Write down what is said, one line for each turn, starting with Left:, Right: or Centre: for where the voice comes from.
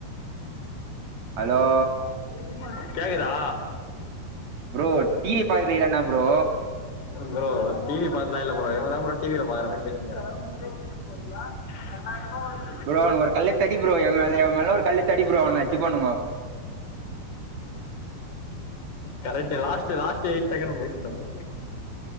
Right: ஹலோ
Left: ஆ கேக்குதா
Right: ப்ரோ டீவி பாக்குரியா என்ன ப்ரோ
Left: ப்ரோ டிவி பாக்கலா இல்ல ப்ரோ இவங்க தா ப்ரோ டிவில பாக்குற மாரி பேசுனிக்கிறா <unintelligible>
Right: ப்ரோ ஒரு கல்ல எடுத்து அடி ப்ரோ மேல எவ மேல ஒரு கல்லு எடுத்து அடி ப்ரோ அவங்க அச்சு பாணுங்க
Left: correct last last eight second bro wait பண்ணு ப்ரோ <inaudible>